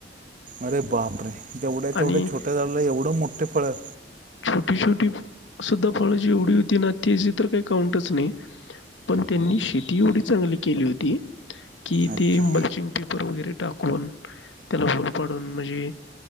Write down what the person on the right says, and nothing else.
अरे बाप रे जेवढ्या तेवढ्या
छोट्या झाडाला एवढं मोठे फळं.
अच्छा,